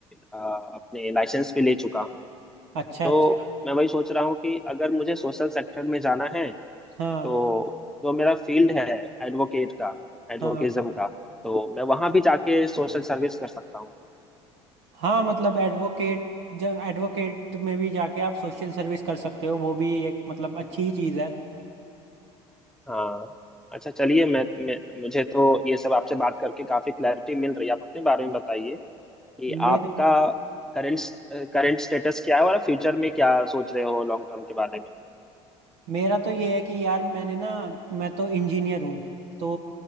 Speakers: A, in the centre; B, on the right.
A: अ, अपने लाइसेंस भी ले चुका हूँ
B: अच्छा
A: तो
B: अच्छा
A: मैं वही सोच रहा हूँ कि अगर मुझे सोशल सेक्टर में जाना है
B: हाँ
A: तो जो मेरा फील्ड है एडवोकेट का एडवोकेज्म
B: हाँ
A: का तो मैं वहां भी जाके सोशल सर्विस कर सकता हूँ
B: हाँ मतलब एडवोकेट जब एडवोकेट में भी जाके आप सोशल सर्विस कर सकते हो वो भी एक मतलब अच्छी ही चीज़ है
A: हाँ अच्छा चलिए मैं, मैं मुझे तो ये सब आपसे बात करके काफी क्लैरिटी मिल रही है आप अपने बारे में बताइए कि
B: मेरा
A: आपका करंट करंट स्टेटस क्या है और फ्यूचर में क्या सोच रहे हो लॉन्ग टर्म के बारे में
B: मेरा तो ये है कि यार मैंने ना मैं तो इंजीनियर हूँ तो